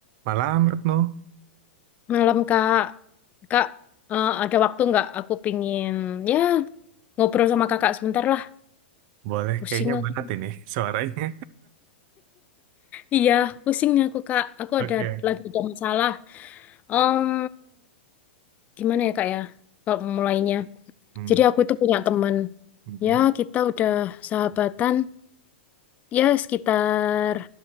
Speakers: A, on the right; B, on the left.
A: Malam, Retno.
B: Malam Kak, Kak eh, ada waktu nggak? Aku pingin ya ngobrol sama Kakak sebentar lah.
A: Boleh,
B: Pusing
A: kayaknya
B: aku.
A: berat
B: <laughs>
A: ini <laughs> suaranya.
B: Iya, pusingnya aku Kak. Aku
A: Oke.
B: ada lagi ada masalah. Em, gimana ya Kak ya? Kalau mulainya.
A: Hmm,
B: Jadi aku itu punya teman.
A: hmm.
B: Ya kita udah sahabatan ya sekitar